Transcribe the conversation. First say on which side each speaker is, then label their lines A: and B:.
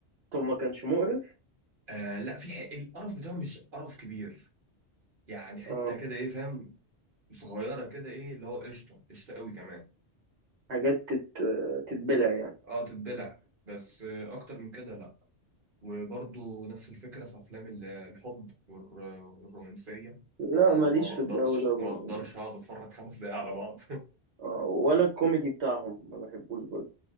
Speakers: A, on the right (about 70°); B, on the right (about 50°).
A: طب ما كانش مقرف
B: آه لا في حق القرف بتاعه مش قرف كبير يعني حته
A: اه
B: كده ايه فاهم صغيره كده ايه اللي هو قشطه قشطه قوي كمان
A: حاجات تت... تتبلع يعني
B: اه تتبلع بس آه اكتر من كده لا وبرضه نفس الفكره في افلام ال- الحب والر- والرومانسيه
A: لا
B: انا
A: ماليش
B: ما بقدرش
A: في الجو ده برضه
B: ما بقدرش اقعد اتفرج خمس دقايق على بعض <laughs>
A: اه ولا الكوميدي بتاعهم ما بحبوش برضه